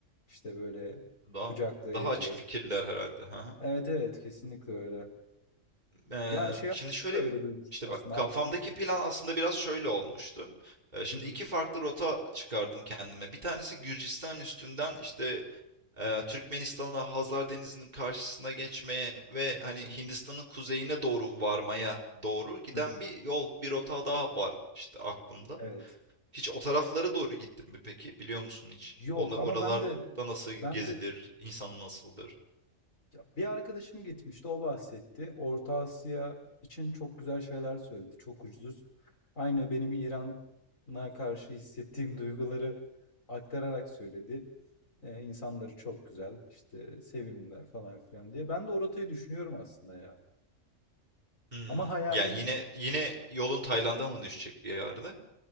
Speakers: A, on the left; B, on the right.
A: işte böyle
B: Daha
A: kucaklayıcı.
B: daha açık fikirler herhalde. Hı hı.
A: Evet evet kesinlikle öyle.
B: Eee,
A: Ya şey
B: şimdi şöyle
A: da öyle
B: bir
A: duymuştum
B: işte
A: aslında
B: bak kafamdaki
A: Afganistan.
B: plan aslında biraz şöyle olmuştu. Eee, şimdi
A: Hı hı,
B: 2 farklı rota çıkardım kendime. Bir tanesi Gürcistan üstünden işte, eee, Türkmenistan'a, Hazar Denizi'nin karşısına geçmeye ve hani
A: hı hı,
B: Hindistan'ın kuzeyine doğru varmaya doğru giden
A: hı hı.
B: bir yol, bir rota daha var işte aklımda.
A: Evet.
B: Hiç o taraflara doğru gittin mi peki? Biliyor musun hiç?
A: Yok
B: Onlar oralarda
A: ama ben de
B: nasıl gezilir?
A: ben de
B: İnsanı nasıldır?
A: Ya bir arkadaşım gitmişti, o bahsetti. Orta Asya için çok güzel şeyler söyledi. Çok ucuz. Aynı benim İran'a karşı hissettiğim <laughs> duyguları aktararak söyledi. Ee, insanları çok güzel, işte sevimliler falan filan diye. Ben de o rotayı düşünüyorum aslında ya.
B: Hımm.
A: Ama hayalim
B: Yani yine yine yolun Tayland'a mı düşecek bir yerde?